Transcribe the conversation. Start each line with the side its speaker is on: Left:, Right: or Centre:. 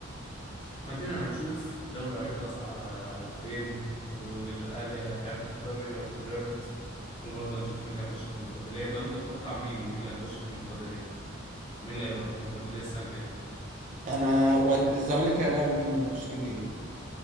Left: خلينا هنشوف الدوري هيخلص على فين والأهلي هياخد الدوري ولا بيراميدز وبرضه هنشوف مين اللي هيخش الكونفدرالية طب أنت تتوقع مين مين اللي هيخش الكونفدرالية مين اللي هيبقى في الكونفدرالية السنة الجاية
Right: أنا والزمالك هيلاعب مين الماتشين الجايين؟